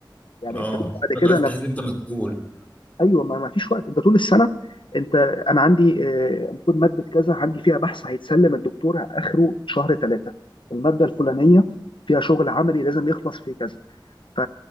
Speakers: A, on the left; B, on the left.
A: يعني
B: اه
A: ابتديت بعد
B: بدأت
A: كده
B: تحس إن انت مسؤول
A: ايوه ما ما فيش وقت انت طول السنه انت انا عندي آه، المفروض ماده كذا عندي فيها بحث هيتسلم الدكتور اخره شهر ثلاثه الماده الفلانيه فيها شغل عملي لازم يخلص في كذا ف